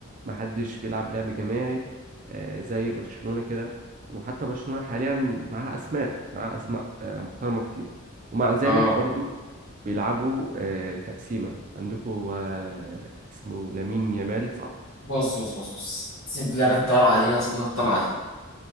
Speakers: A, on the right; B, on the left.
A: محدش بيلعب لعب جماعي آه، زي برشلونة كده وحتى برشلونة حاليا معاها أسماء معاها أسماء آه، محترمة كتير ومع ذلك
B: اه
A: برضو بيلعبوا آه، تقسيمة عندكم آه، اسمه لامين يامال صح؟
B: بص بص بص بص سيب لنا الطلعه دي بقى سيبنا الطلعه دي